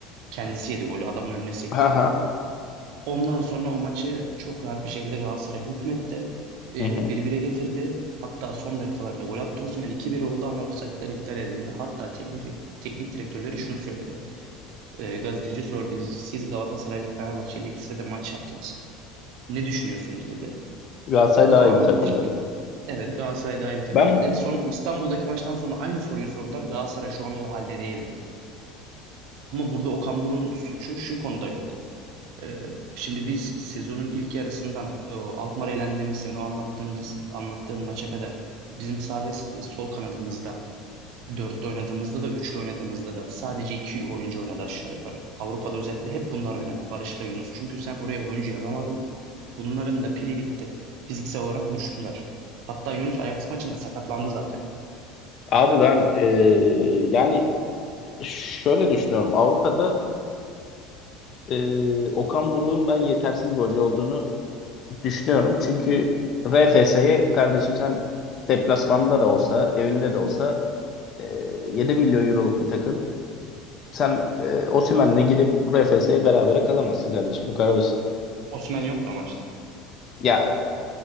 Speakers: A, on the right; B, on the left.
A: Kendisi yedi golü adamın önüne sektirdi.
B: Haha.
A: Ondan sonra o maçı çok rahat bir şekilde Galatasaray hükmetti. Ee,
B: Hı hı. hı.
A: 1-1'e getirdi. Hatta son dakikalarda gol attı. Osimhen iki bir oldu ama offside'den iptal edildi. Hatta teknik, teknik direktörleri şunu söyledi. Ee, gazeteci sordu. Siz Galatasaray ve Fenerbahçe ile ikisi de maç yaptınız. Ne düşünüyorsunuz dedi.
B: Galatasaray
A: O
B: daha
A: da
B: iyi
A: anlattı.
B: bir takım dedi.
A: Evet Galatasaray daha iyi bir takım
B: Ben
A: dedi. Sonra İstanbul'daki maçtan sonra aynı soruyu sordular. Galatasaray şu an o halde değil dedi. Ama burada Okan Buruk'un suçu şu konuda yok. Ee, Şimdi biz sezonun ilk yarısından e, Alkmaar elendiğimiz sene o anlattığımız anlattığın maça kadar bizim sağ ve s- sol kanadımızda dörtlü oynadığımızda da üçlü oynadığımızda da sadece iki oyuncu oynadı aşağı yukarı. Avrupa'da özellikle hep bunlar oynadı. Barış'la Yunus. Çünkü sen oraya oyuncu yazamadın. Bunların da pili bitti. Fiziksel olarak düştüler. Hatta Yunus Ajax maçında sakatlandı zaten.
B: abi ben e, yani şöyle düşünüyorum. Avrupa'da e, Okan Buruk'un ben yetersiz bir hoca olduğunu düşünüyorum. Çünkü RFS'ye kardeşim sen deplasmanda da olsa evinde de olsa e, 7 milyon euroluk bir takım. sen e, Osimhen'le gidip RFS'ye berabere kalamazsın kardeşim. Bu kadar basit.
A: Osman yoktu o maçta.
B: Ya